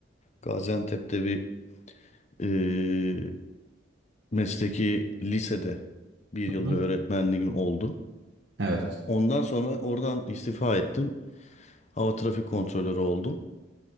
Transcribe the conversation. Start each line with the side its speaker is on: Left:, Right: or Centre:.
Left: Gaziantep'te bir e, mesleki lisede bir yıl
Right: Hı hı.
Left: bir öğretmenliğim oldu.
Right: Evet.
Left: Ondan sonra oradan istifa ettim. Hava trafik kontrolörü oldum.